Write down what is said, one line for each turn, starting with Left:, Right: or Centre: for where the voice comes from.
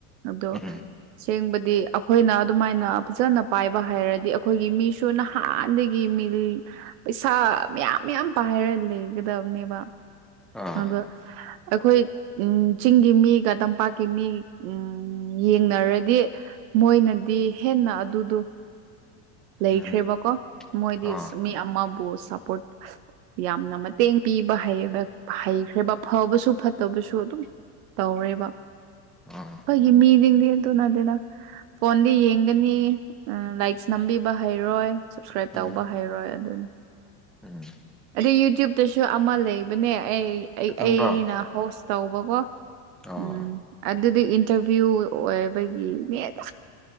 Right: ꯑꯗꯣ
Centre: ꯎꯝ
Right: ꯁꯦꯡꯕꯗꯤ ꯑꯩꯈꯣꯏꯅ ꯑꯗꯨꯃꯥꯏꯅ ꯐꯖꯅ ꯄꯥꯏꯕ ꯍꯥꯏꯔꯗꯤ ꯑꯩꯈꯣꯏꯒꯤ ꯃꯤꯁꯨ ꯅꯍꯥꯟꯗꯒꯤ ꯃꯤꯜ ꯄꯩꯁꯥ ꯃꯌꯥꯝ ꯃꯌꯥꯝ ꯄꯥꯏꯔ ꯂꯩꯒꯗꯕꯅꯦꯕ
Centre: ꯑꯥ
Right: ꯑꯗ ꯑꯩꯈꯣꯏ ꯎꯝ ꯆꯤꯡꯒꯤ ꯃꯤꯒ ꯇꯝꯄꯥꯛꯀꯤ ꯃꯤ ꯎꯝ ꯌꯦꯡꯅꯔꯗꯤ ꯃꯣꯏꯅꯗꯤ ꯍꯦꯟꯅ ꯑꯗꯨꯗꯣ ꯂꯩꯈ꯭ꯔꯦꯕꯀꯣ
Centre: ꯎꯝ
Right: ꯃꯣꯏꯗꯤ
Centre: ꯑꯥ
Right: ꯃꯤ ꯑꯃꯕꯨ ꯁꯞꯄꯣꯔꯠ ꯌꯥꯝꯅ ꯃꯇꯦꯡ ꯄꯤꯕ ꯍꯩꯈ꯭ꯔꯦꯕ ꯐꯕꯁꯨ ꯐꯠꯇꯕꯁꯨ ꯑꯗꯨꯝ ꯇꯧꯔꯦꯕ
Centre: ꯑ
Right: ꯑꯩꯈꯣꯏꯒꯤ ꯃꯤꯁꯤꯡꯗꯤ ꯑꯗꯨꯅꯠꯇꯦꯗ ꯐꯣꯟꯗ ꯌꯦꯡꯒꯅꯤ ꯂꯥꯏꯛꯁ ꯅꯝꯕꯤꯕ ꯍꯩꯔꯣꯏ ꯁꯞꯁꯀ꯭ꯔꯥꯏꯞ
Centre: ꯎꯝ
Right: ꯇꯧꯕ ꯍꯩꯔꯣꯏ ꯑꯗꯨꯅꯤ
Centre: ꯎꯝ
Right: ꯑꯗ ꯌꯨꯇ꯭ꯌꯨꯕꯇꯁꯨ ꯑꯃ ꯂꯩꯕꯅꯦ ꯑꯩ
Centre: ꯅꯪꯔꯣ
Right: ꯑꯩꯅ ꯍꯣꯁ ꯇꯧꯕꯀꯣ
Centre: ꯑꯣ
Right: ꯎꯝ ꯑꯗꯨꯗꯤ ꯏꯟꯇꯔꯚꯤꯌꯨ ꯑꯣꯏꯕꯒꯤꯅꯦ ꯑ